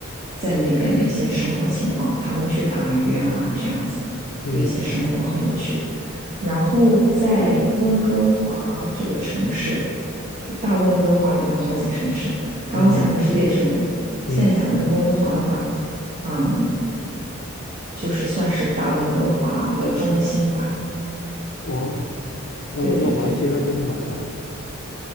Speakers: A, on the right; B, on the left.
A: 在那边的一些生活情况，他们去打鱼啊这样子的一些生活很有趣。
B: 嗯
A: 然后在温哥华这个城市，这个大温哥华里边有好几个城市，刚刚讲那个是列治文，
B: 嗯嗯，
A: 现在讲那个温哥华的话，嗯。就是算是大温哥华的中心吧。
B: 哦，那温哥华听上去还蛮大的。
A: 对对对，